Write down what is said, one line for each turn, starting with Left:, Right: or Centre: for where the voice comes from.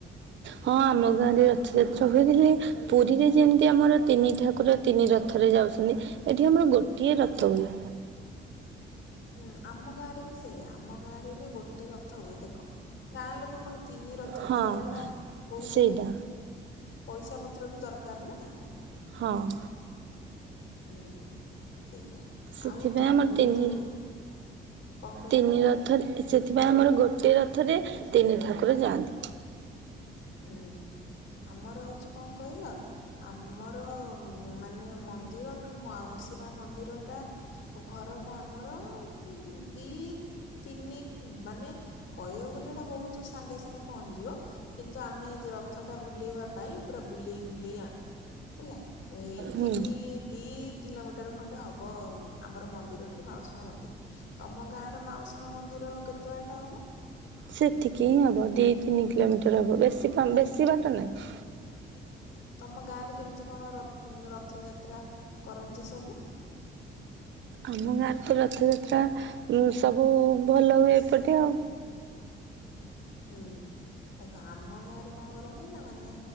Right: ହଁ ଆମ ଗାଁରେ ଅଛି। ସେ କହୁଥିଲେ ପୁରୀରେ ଯେମିତି ଆମର ତିନି ଠାକୁର ତିନି ରଥରେ ଯାଉଛନ୍ତି ଏଇଠି ଆମର ଗୋଟିଏ ରଥ ହୁଏ।
Left: ହୁଁ ଆମ ଗାଁରେ ବି ସେଇଆ ଆମ ଗାଁ ରେ ବି ଗୋଟେ ରଥ ହୁଏ ଦେଖ। ଗାଁ ଲୋକ କଣ ତିନି ରଥ
Right: ହଁ
Left: କରିବାଟା ବହୁତ
Right: ସେଇଟା
Left: ପଇସା ପତ୍ର ବି ଦରକାର ନା।
Right: ହଁ।
Left: ହୁଁ ସେଇଆ।
Right: ସେଥିପାଇଁ
Left: ଆଉ ତମର
Right: ଆମର ତିନି
Left: ଯୋଉ କଣ କହୁନ
Right: ତିନି ରଥରେ ସେଥିପାଇଁ ଆମର ଗୋଟିଏ ରଥରେ ତିନି ଠାକୁର ଯାଆନ୍ତି।
Left: ହୁଁ ଆମର ହଉଚି କଣ କହିଲ ଆମର ମାନେ ମନ୍ଦିରଠୁ ମାଉସୀ ମା ମନ୍ଦିରଟା ଆଉ ଘରଟା ଆମର ଦି ତିନି ମାନେ କହିବାକୁ ଗଲେ ଏଟା ବହୁତ ସାଙ୍ଗେ ସାଙ୍ଗେ ପହଞ୍ଚିଯିବ। କିନ୍ତୁ ଆମେ ଯେ ରଥ ଟା ବୁଲେଇବା ପାଇଁ ପୁରା ବୁଲେଇ ବୁଲେଇ ଆଣୁ। ହେଲା ଏଇ ତିନି
Right: ହୁଁ
Left: ଦି କିଲୋମିଟର ଖଣ୍ଡେ ହେବ ଆମର ମନ୍ଦିରଠୁ ମାଉସୀ ମନ୍ଦିର। ତମ ଗାଁର ମାଉସୀମା ମନ୍ଦିର କେତେ ବାଟ ହବ?
Right: ସେତିକି ହିଁ ହବ ଦି ତିନି କିଲୋମିଟର ହବ ବେଶୀ ବେଶୀ ବାଟ ନାହିଁ।
Left: ତମ ଗାଁରେ କେମିତି କଣ ରଥଯାତ୍ରା କରନ୍ତି ସବୁ?
Right: ଆମ ଗାଁରେ ତ ରଥଯାତ୍ରା ସବୁ ଭଲ ହୁଏ ଏପଟେ ଆଉ।
Left: ହୁଁ ଆ ଆମ ଆମ ଗାଁ ରେ କଣ କରନ୍ତି ନା ମାନେ